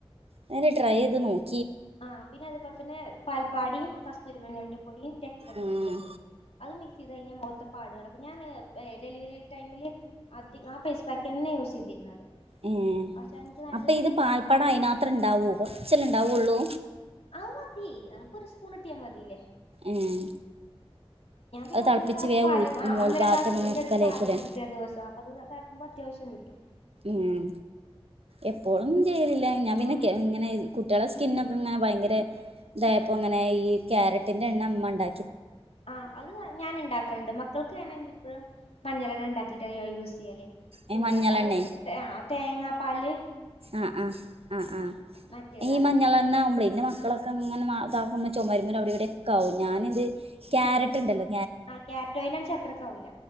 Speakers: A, on the right (about 75°); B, on the left (about 85°).
A: ഞാന് ട്രൈ ചെയ്ത് നോക്
B: ആ പിന്നെ അത് പോലെ തന്നെ പല് പാടിയും കസ്തൂരി മഞ്ഞളിന്റെ പൊടിയും രക്തചന്ദനത്തിന്റെ
A: ആഹ്
B: പൊടിയും അത് മിക്സ് ചെയ്ത് കഴിഞ്ഞാൽ മൊഖത്തെ പാടുകളൊക്കെ ഞാന് ഏ ഡെലിവറി ടൈമില് അധി ആ ഫേസ്പാക്ക് തന്നെയാ യൂസ് ചെയ്തിരുന്നത്.
A: ഏ
B: പക്ഷെ എനിക്ക് നല്ല
A: അപ്പ ഇത്
B: ഡിഫറൻസ്
A: പാൽപ്പട
B: ഉണ്ടായിരുന്നു
A: അയിനാത്തില് ഇണ്ടാവോ കൊറച്ചല്ലാ ഇണ്ടാവുള്ളൂ.
B: അത് മതി നമുക്ക് ഒരു സ്പൂൺ കിട്ടിയ മതില്ലേ
A: ഏഹ്
B: ഞാൻ പിന്നെ
A: അത് തിളപ്പിച്ച്
B: ഒന്നര ഗ്ലാസ്
A: വേഗം
B: പാല്
A: ഊ
B: ആ
A: മോൾ
B: ഒന്നര
A: ഭാഗത്ത്
B: ഗ്ലാസ്ന്റെ
A: ഇങ്ങനെ എടുക്കലേക്കൂലേ
B: അടുത്ത് പാല് വാങ്ങിക്ക ദിവസം അപ്പ അത് <unintelligible> <unintelligible> അത്യാവശ്യം കിട്ടും.
A: മ് എപ്പോളും ചെയ്യലില്ല ഞാൻ പിന്നെ
B: ആഹ്
A: കെ ഇങ്ങനെ കുട്ടികളെ സ് സ്കിൻ ഒക്കെങ്ങനെ ഭയങ്കര ഇതായപ്പോ ഇങ്ങനെ ഈ ക്യാരറ്റിന്റെ എണ്ണ മ്മ ഇണ്ടാ
B: ആ അത് ഞാൻ ഇണ്ടാക്കൽണ്ട് മക്കൾക്ക് ഞാൻ അത് ഇപ്പഴും മഞ്ഞളെണ്ണ ഇണ്ടാക്കിട്ട ഞാൻ യൂസ് ചെയ്യല്
A: ഏ
B: പിന്നെ
A: മഞ്ഞളെണ്ണേ
B: അത് ആ തേങ്ങാ പാല്
A: ആ ആ ആ ആ
B: മറ്റേത്
A: ഈ
B: ആദ്യം
A: മഞ്ഞളെണ്ണ
B: ഇങ്ങട്ട്
A: ആവുമ്പോളേ ൻ്റെ മക്കളൊക്കെ ഇങ്ങനെ നാ താകുമ്പോ ചുമര്മ്മല് അവിടെ ഇവിടെ ഒക്കാവും ഞാനിത് ക്യാരറ്റ് ഇണ്ടല്ലോ
B: ആ ക്യാരറ്റ്ഓയിലാച്ച അത്രക് ആവൂല